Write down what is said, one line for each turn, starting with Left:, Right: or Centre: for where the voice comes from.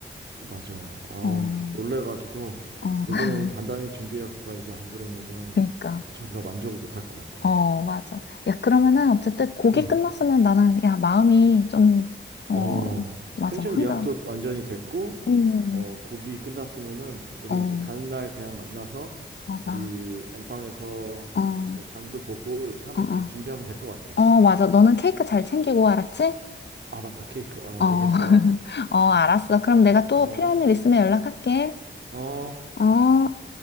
Right: 맞아. 아,
Left: 어,
Right: 놀래가지고
Left: 어,
Right: 요번에는
Left: <laughs>
Right: 단단히 준비해갖고 가 이제 안 그러면은
Left: 그니까.
Right: 그 친구가 만족을 못할 것 같아.
Left: 어, 맞아. 야, 그러면은 어쨌든 곡이
Right: 음.
Left: 끝났으면 나는 야, 마음이 좀 어,
Right: 어,
Left: 맞아.
Right: 펜션
Left: 한가.
Right: 예약도 완전히 됐고
Left: 음.
Right: 어, 곡이 끝났으면은 우린
Left: 어,
Right: 이제 가는 날 그냥 만나서
Left: 맞아.
Right: 우리 엠빵에서
Left: 어, 어,
Right: 뭐 장도 보고 이렇게 하면
Left: 어.
Right: 돼- 준비하면 될 것 같아.
Left: 어, 맞아. 너는 케이크 잘 챙기고 알았지?
Right: 아, 맞다. 케이크. 어,
Left: 어.
Right: 알겠어.
Left: <laughs> 어, 알았어. 그럼 내가 또
Right: 어.
Left: 필요한 일 있으면 연락할게.
Right: 어.
Left: 어.